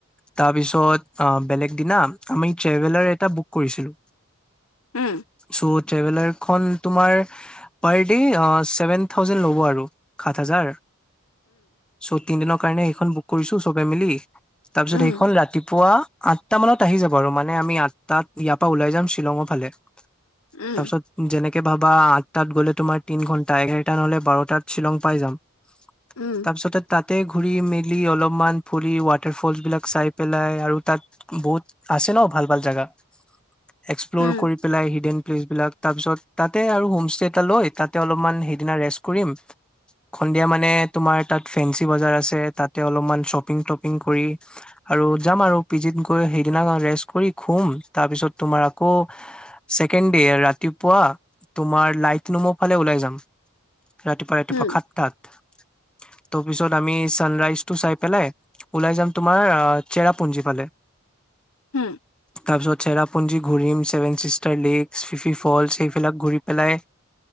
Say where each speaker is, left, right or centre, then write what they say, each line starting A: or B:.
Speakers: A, in the centre; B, on the left (about 75°).
A: তাৰপিছত বেলেগ দিনা আমি ট্ৰেভেলাৰ এটা বুক কৰিছিলো।
B: উম
A: চোত, ট্ৰেভেলাৰখন তোমাৰ পাৰ্দে অ', চেভেন থাউ ', থাউজেণ্ড ল'ব আৰু সাত - হাজাৰ, চ', তিনদিনৰ কাৰণে এইখন বুক কৰিছো, চবে মিলি। তাৰপিছত,
B: উম উম
A: সেইখন ৰাতিপুৱা আঠটা মানত আহি যাব আৰু মানে আমি আঠটাত ইয়াৰ পৰা ওলাই যাম, শ্বিলঙৰ ফালে,
B: উম
A: তাৰপিছত যেনেকে, কে', ভাবা আঠটাত গ'লে তোমাৰ তিন -ঘণ্টা এক, তেতিয়া হ'লে বাৰটাত শ্বিলং পাই যাম।
B: উম
A: তাৰপিছতে তাত, তাতে ঘুৰি- মেলি অলপমান ফুৰি ৱাটাৰ -ফলচ বিলাক চাই পেলাই আৰু তাত বহুত, আছে ন', ভাল -ভাল জাগা, এক্সপ্ল'ৰ
B: উম
A: কৰি পেলাই হিডেন -প্লেচ বিলাক তাৰপিছত তাতে আৰু হোমষ্টে এটা লৈ, তাতে অলপমান হে, সিদিনা ৰেষ্ট কৰিম। সন্ধিয়া মানে তোমাৰ তাত ফেঞ্চি- বজাৰ আছে তাতে অলপমান শ্বপিং -তপিং কৰি আৰু যাম আৰু পিজিত গৈ সেইদিনা ৰেষ্ট কৰি খুম, তাৰপিছত তোমাৰ আকৌ ছেকেণ্ড দে, 'ৰাতিপুৱা তোমাৰ লাইট নোমৰ ফালে ওলাই যাম। ৰাতিপুৱা- ৰাতিপুৱা
B: উম
A: সাত-তাত, ত', পিছত আমি ছানৰাইজটো, চাই পেলাই ওলাই যাম তোমাৰ চেৰাপুঞ্জী ফালে।
B: হম',
A: তাৰ পিছত চেৰাপুঞ্জী ঘূৰিম, ছেভেন- চিষ্টাৰ -লেক, ফিফি -ফলচ সেইবিলাক ঘূৰি পেলাই